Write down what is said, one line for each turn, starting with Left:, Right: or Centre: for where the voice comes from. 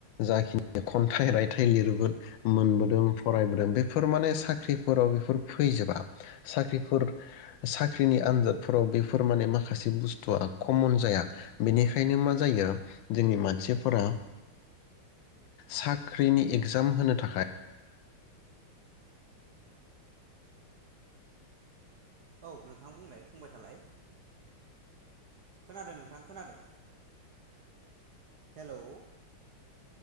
Left: जाखिनि खन्थाइ रायथाइ लिरबोदों मोनबोदों फरायबोदों बेफोर माने साख्रिफोराव बेफोर फैजोबा साख्रिफोर साख्रिनि आन्जादफोराव बेफोर माने माखासे बुस थुआ कमन जाया बेनिखायनो मा जायो जोंनि मानसिफोरा साख्रिनि एगजाम होनो थाखाय
Right: औ नोंथां बुंलाय बुंबाय थालाय खोनादों नोंथां खोनादों हेलौ